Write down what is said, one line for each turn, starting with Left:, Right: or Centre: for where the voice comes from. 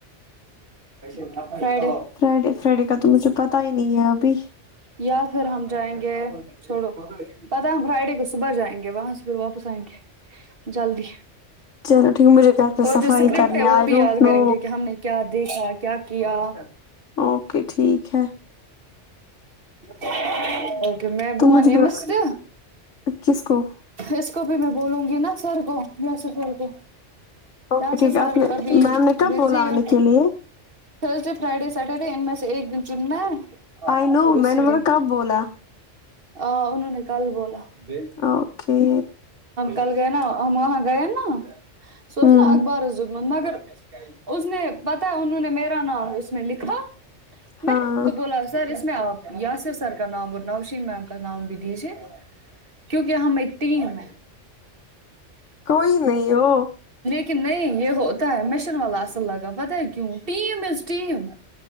Right: فرائیڈے
Left: فرائیڈے فرائیڈے کا تو مجھے پتا ہی نہیں ہے ابھی
Right: یا پھر ہم جائیں گے چھوڑو پت ہم فرائیڈے کو صبح جائیں گے وہاں سے پھر واپس آئیں گے جلدی
Left: چلو ٹھیک ہے مجھے گھر پہ
Right: اور
Left: صفائی
Right: جو اسکرپٹ
Left: کرنے
Right: ہے وہ
Left: آئی
Right: بھی
Left: ڈونٹ
Right: یاد کریں
Left: نو
Right: گے کہ ہم نے کیا دیکھا کیا کیا
Left: اوکے ٹھیک ہے
Right: ہ اوکے میں
Left: تو
Right: بووانی
Left: مجھے بولا
Right: ہ مس سے
Left: کس کو
Right: اس کو بھی میں بولوں گی نا سر کوو یہس سار کو
Left: اوک
Right: یہاں
Left: ٹھیک
Right: سے سر
Left: ہے آپ نے
Right: ابھی
Left: میم نے کب
Right: بزی
Left: بولا
Right: ہے
Left: آنے کے لیے
Right: تھرسڈے فرائیڈے سیٹرڈے ان میں سے ایک دن چننا ہے
Left: آئی ن
Right: اور
Left: میں
Right: اسی
Left: نے م
Right: دن
Left: کب بولا
Right: آ انہوں نے کل بوول <inaudible> <inaudible>
Left: اوکے
Right: گ نا وہاں گا نا سو
Left: ہوں
Right: اس نا اخبارس دتمت مگر اس نے پتا انہوں نے میرا نام اس میں لکھا
Left: ہاں
Right: میں نے ان کو بولا سر اس میں آپ یاسر سر کا نام اور نوشین میم کا نام بھی دیجیے کیونکہ ہم ایک ٹیم ہے
Left: کوئی نہیں ہو
Right: کہ نہیں یہ ہوتا ہے مشن والا اصل لگا پت ہے کیوں ٹیم از ٹیم